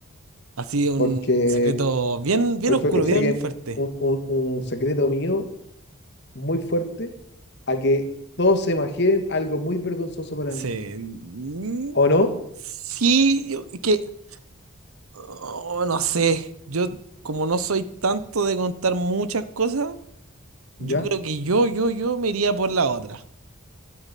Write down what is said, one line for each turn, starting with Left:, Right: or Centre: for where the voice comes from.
Right: ha sido un
Left: porque
Right: secreto bien, bien
Left: prefiero
Right: oscuro,
Left: que
Right: bien
Left: saquen
Right: fuerte.
Left: un, un- un secreto mío muy fuerte a que todos se imaginen algo muy vergonzoso para
Right: Sí,
Left: mí.
Right: mm,
Left: ¿O no?
Right: sí, yo- es que Oh, no sé, yo como no soy tanto de contar muchas cosas,
Left: ¿Ya?
Right: yo creo que yo, yo, yo me iría por la otra.